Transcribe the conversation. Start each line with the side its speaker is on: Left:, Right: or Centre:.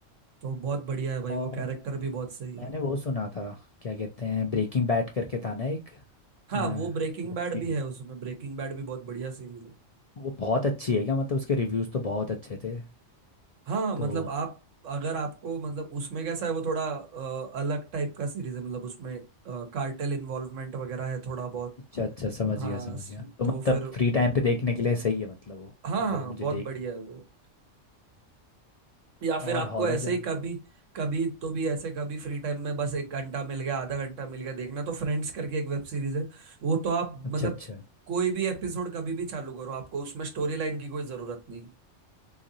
Right: तो बहुत बढ़िया है भाई
Left: और
Right: वो कैरेक्टर भी बहुत सही है
Left: मैंने वो सुना था क्या कहते हैं ब्रेकिंग बैड करके था ना एक
Right: हाँ
Left: वेब
Right: वो ब्रेकिंग बैड
Left: सीरीज
Right: भी है उसमें ब्रेकिंग बैड भी बहुत बढ़िया सीरीज है
Left: वो बहुत अच्छी है क्या मतलब उसके रिव्यूज तो बहुत अच्छे थे
Right: हाँ मतलब
Left: तो
Right: आप अगर आपको मतलब उसमें कैसा है वो थोड़ा अ, अलग टाइप का सीरीज है मतलब उसमें कार्टेल इन्वॉल्वमेंट वगैरह है थोड़ा बहुत
Left: अच्छा अच्छा समझ
Right: हाँ
Left: गया समझ
Right: स-
Left: गया तो
Right: तो
Left: मतलब
Right: फिर
Left: फ्री टाइम पे देखने के लिए सही है मतलब वो
Right: हाँ
Left: अगर
Right: हाँ
Left: मुझे
Right: बहुत
Left: देखनी
Right: बढ़िया है वो या फिर
Left: और
Right: आपको
Left: हॉरर
Right: ऐसे
Left: जॉनर
Right: ही कभी कभी तो भी ऐसे कभी फ्री टाइम में बस एक घंटा मिल गया आधा घंटा मिल गया देखना तो फ्रेंड्स करके एक वेब सीरीज है वो तो आप
Left: अच्छा
Right: मतलब
Left: अच्छा
Right: कोई भी एपिसोड कभी भी चालू करो आपको उसमें स्टोरी लाइन की कोई जरूरत नहीं